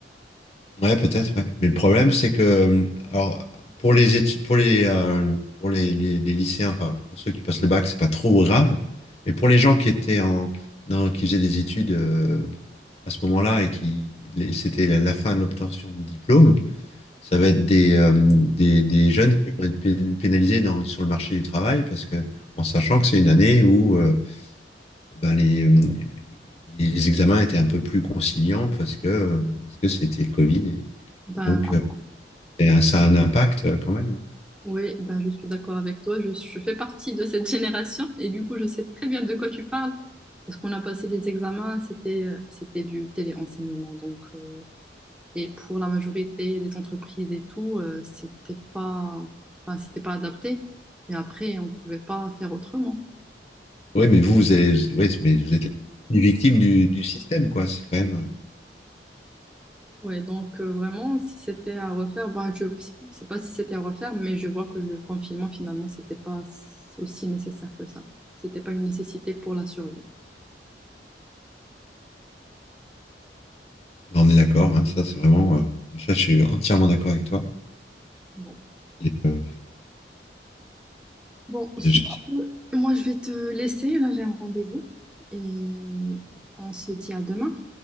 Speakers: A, on the left (about 35°); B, in the centre.
A: euh, ouais, peut-être, ouais. Mais le problème, c'est que euh, alors, pour les études, pour les, euh, pour les, les- les lycéens, enfin pour pour ceux qui passent le bac, c'est pas trop grave. Mais pour les gens qui étaient en, dans- qui faisaient des études euh, à ce moment-là et qui les- c'était la la fin de l'obtention du diplôme, Ça va être des, euh, des, des jeunes qui vont être pén- pénalisés dans, sur le marché du travail parce que, en sachant que c'est une année où euh, ben, les, euh, les, les examens étaient un peu plus conciliants parce que, euh, parce que c'était le Covid et,
B: Ben,
A: et donc euh, et, euh, ça a un impact euh, quand même.
B: Oui, bah, je suis d'accord avec toi. Je, je fais partie de cette génération et du coup, je sais très bien de quoi tu parles parce qu'on a passé les examens, c'était, euh, c'était du téléenseignement. Donc, euh, et pour la majorité des entreprises et tout, euh, c'était pas, enfin, c'était pas adapté. Mais après, on pouvait pas faire autrement.
A: Oui, mais vous, vous avez- ouais, mais vous êtes les victimes du, du système, quoi. C'est quand même. euh,
B: Ouais, donc euh, vraiment, si c'était à refaire, bah, je ne sais pas si c'était à refaire, mais je vois que le confinement, finalement, c'était pas aussi nécessaire que ça. C'était pas une nécessité pour la survie.
A: On est d'accord, hein, ça c'est vraiment. euh, ça, je suis entièrement d'accord avec toi.
B: Bon.
A: Et, euh,
B: Bon,
A: je-
B: sur-
A: je-
B: moi je vais te laisser, là j'ai un rendez-vous et on se dit à demain.